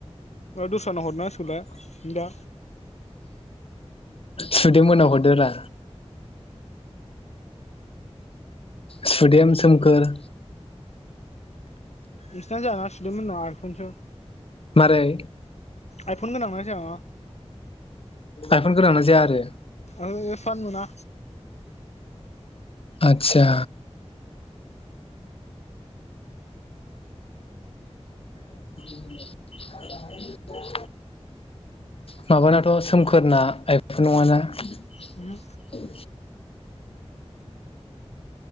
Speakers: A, on the left (about 85°); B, on the left (about 60°).
A: दस्रानाव हरनां सिगोनलाया नोदा
B: सुदोमोनाव हरदोरा सुदेम सोमखोर
A: इसना जायाना सु देममोन नख आइफनस
B: आरोै
A: आइफन गोनांना जाया ना
B: आइफनगोनां ना जाया आरो?
A: ओ इफानो मोना
B: आतसा <inaudible> माबानाथ' सोमखोरना आइफनब नङाना
A: ओमहो